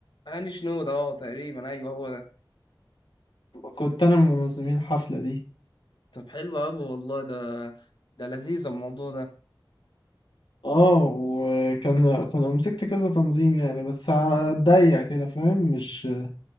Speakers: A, on the left; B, on the left.
A: هاني شنودة اه تقريبا ايوه هو ده
B: كنت انا من منظمين الحفلة دي
A: طب حلو اوي والله ده ده لذيذ الموضوع ده
B: اه وكان كنا مسكت كذا تنظيم يعني بس هتضيق كده فاهم مش مش